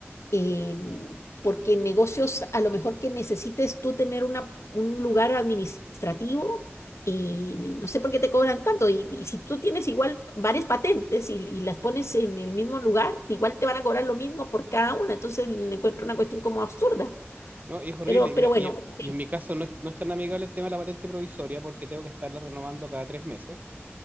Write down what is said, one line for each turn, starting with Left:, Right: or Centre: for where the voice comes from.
Left: em, porque en negocios a lo mejor que necesites tú tener una, un lugar administrativo, eh, no sé por qué te cobran tanto, y, y si tú tienes igual varias patentes y, y las pones en el mismo lugar, igual te van a cobrar lo mismo por cada una, entonces le encuentro una cuestión como absurda,
Right: No, y es horrible.
Left: pero,
Right: y Mira,
Left: pero bueno,
Right: y,
Left: ok.
Right: y en mi caso no es, no es tan amigable el tema de la patente provisoria porque tengo que estarla renovando cada tres meses,